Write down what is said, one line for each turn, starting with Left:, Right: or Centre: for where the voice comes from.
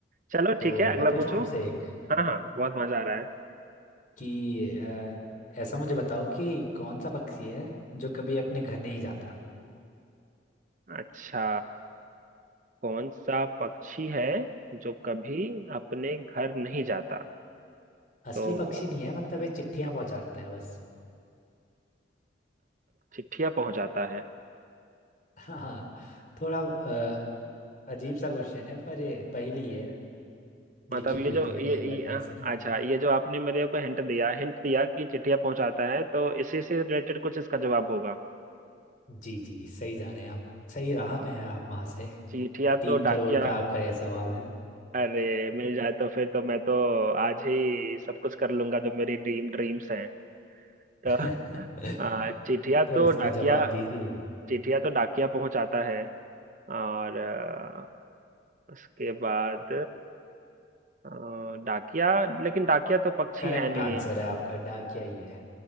Right: चलो
Left: तो
Right: ठीक है
Left: मैं
Right: अगला
Left: पूछूं
Right: पूछो
Left: आपसे एक
Right: हाँ हाँ बहुत मजा आ रहा है
Left: कि अ, ऐसा मुझे बताओ कि कौन सा पक्षी है जो कभी अपने घर नहीं जाता
Right: अच्छा कौन सा पक्षी है जो कभी अपने घर नहीं जाता
Left: असली
Right: तो
Left: पक्षी नहीं है मतलब ये चिट्ठियां पहुंचाता है बस
Right: चिट्ठिया पहुंचाता है
Left: हाँ थोड़ा अ, अजीब सा क्वेश्चन है पर ये पहेली है
Right: मतलब
Left: लिखी
Right: ये
Left: हुई
Right: जो
Left: थी मैंने
Right: ये,
Left: एक बार
Right: ये
Left: कहीं से ना
Right: अच्छा ये जो आपने मेरे को हिंट दिया हिंट दिया कि चिट्ठिया पहुंचाता है तो इसी से रिलेटेड कुछ इसका जवाब होगा
Left: जी जी सही जा रहे हैं आप सही राह
Right: अ,
Left: पे हैं आप वहां से
Right: चिट्ठिया
Left: तीन
Right: तो
Left: करोड़
Right: डाकिया
Left: का आपका ये सवाल है
Right: अरे मिल जाए तो फिर तो मैं तो आज ही सब कुछ कर लूंगा जो मेरी ड्रीम ड्रीम्स हैं <laughs>
Left: <laughs>
Right: तो आ, चिट्ठिया तो
Left: तो इसका
Right: डाकिया
Left: जवाब दीजिए
Right: चिट्ठिया तो डाकिया पहुंचाता है और आ, उसके बाद आ, डाकिया लेकिन डाकिया तो पक्षी
Left: करेक्ट
Right: है नहीं
Left: आंसर है आपका डाकिया ही है